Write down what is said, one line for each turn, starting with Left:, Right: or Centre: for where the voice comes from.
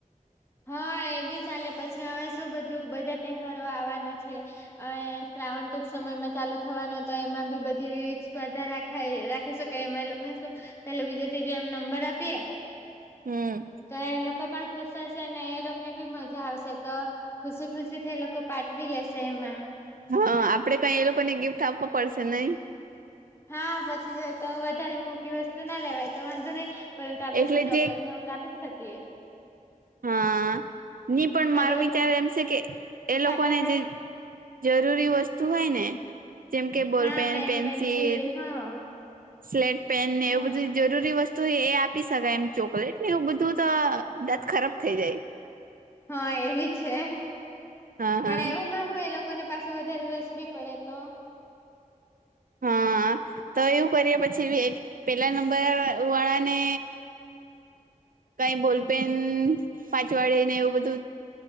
Left: હા, એ બી ચાલે, પછી અમે શું બધું બધા તહેવારો આવવાના છે. હવે શ્રાવણ ટૂંક સમયમાં ચાલુ થવાનો તો એમાં બી બધી વિવિધ સ્પર્ધા રાખવી. રેખાએ રાખી શકે એમાં એ લોકોને શું પેલું બીજો ત્રીજુ એમ નંબર આપીએ.
Right: હમ.
Left: તોએ લોકો પણ ખુશ થશેને એ લો કને બી મજા આવશે તો ખુશી ખુશીથી એ લોકો પાઠબી લેશે એમાં.
Right: હા આપડે કંઈએ લોકોને ગિફ્ટ આપવો પડશે નહીં.
Left: હા પછી જોતો વધારે મોંઘી વસ્તુ ના લેવાયતો વાંધો નહીં. પરંતુ આપડે
Right: એટલે
Left: શું ચોકલેટને
Right: જે
Left: હું તો આપી જ શકીએ.
Right: હા ની પણ
Left: કા
Right: માર
Left: તો પછી
Right: વિચારે એમ છે કે એ લોકોને
Left: આપડા હાથ
Right: જે જરૂરી વસ્તુ હોય ને જેમ કે બોલપેન,
Left: હા પેન
Right: પેન્સિલ
Left: હા
Right: સ્લેટપેન ને એવું
Left: હા
Right: બધી જરૂરી વસ્તુ તોએ આપી શકાય એમ ચોકલેટને એવું બધું તો દાંત ખરાબ થઈ જાય.
Left: હા એવી છે
Right: હા
Left: પણ
Right: હા
Left: એવુંમાં હુંએ લોકો લોકોને પાસે વધારે રસભી પડે તો
Right: હા તો એવું કરીએ પછી એક પેલા નંબર વાળાને કંઈ બોલપેન પાંચવાળે ને એવું બધું